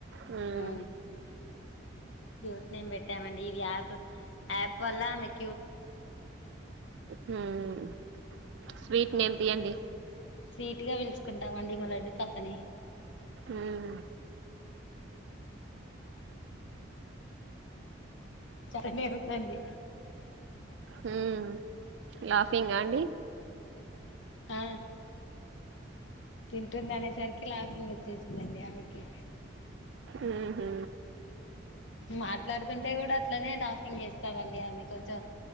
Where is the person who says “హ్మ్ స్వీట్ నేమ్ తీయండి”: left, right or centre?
Right